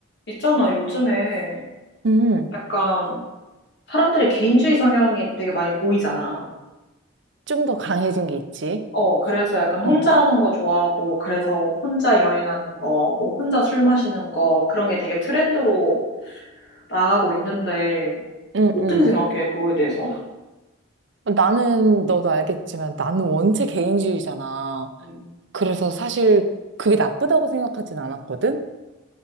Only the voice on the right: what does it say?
음,
좀 더 강해진 게 있지.
어,
응,
응.
나는, 너도 알겠지만, 나는 원체 개인주의잖아.
그래서 사실 그게 나쁘다고 생각하진 않았거든?